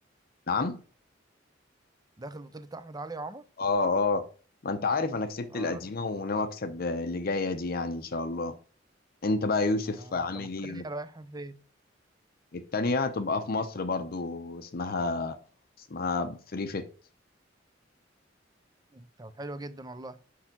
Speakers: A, on the left; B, on the right.
A: نعم
B: داخل بطولة احمد علي يا عمر
A: اه اه ما انت عارف انا كسبت
B: اه
A: القديمه
B: ده.
A: وناوي اكسب اللي جايه دي يعني ان شاء الله انت بقى يا يوسف
B: اه
A: عامل
B: طب والتانية
A: ايه
B: رايحة فين
A: التانية تبقى في مصر برضو اسمها اسمها فري فيت
B: مم. طب حلو جدا والله